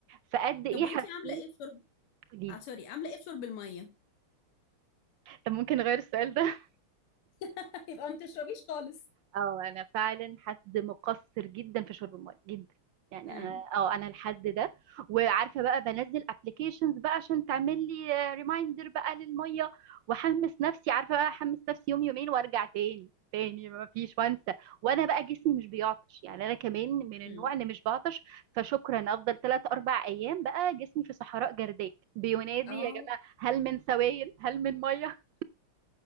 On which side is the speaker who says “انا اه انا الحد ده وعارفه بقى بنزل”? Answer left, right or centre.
Right